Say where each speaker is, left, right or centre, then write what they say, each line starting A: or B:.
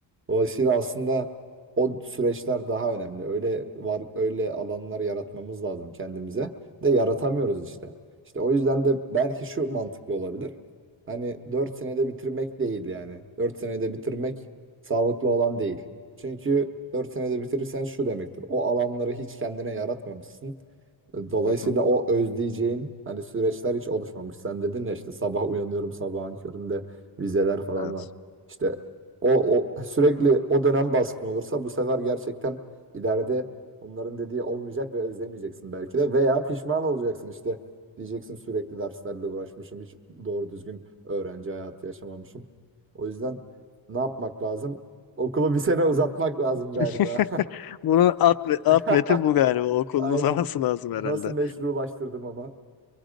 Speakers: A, on the right (about 25°); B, on the left (about 50°).
A: Dolayısıyla aslında o süreçler daha önemli. Öyle var öyle alanlar yaratmamız lazım kendimize. De yaratamıyoruz işte. İşte o yüzden de belki şu mantıklı olabilir. Hani 4 senede bitirmek değil yani. 4 senede bitirmek sağlıklı olan değil. Çünkü 4 senede bitirirsen şu demektir. O alanları hiç kendine yaratmamışsın. Dolayısıyla
B: hı hı.
A: o özleyeceğin hani süreçler hiç oluşmamış. Sen dedin ya işte sabah uyanıyorum sabahın köründe vizeler falan
B: Evet.
A: var. İşte o, o sürekli o dönem baskın olursa bu sefer gerçekten ileride onların dediği olmayacak ve özlemeyeceksin belki de veya pişman olacaksın işte diyeceksin sürekli derslerle uğraşmışım hiç doğru düzgün öğrenci hayatı yaşamamışım. O yüzden ne yapmak lazım? Okulu bir sene uzatmak lazım galiba.
B: <laughs> Bunun alt, alt
A: <laughs>
B: metin bu galiba. Okulun
A: Aynen.
B: uzaması lazım herhalde.
A: Nasıl meşrulaştırdım ama.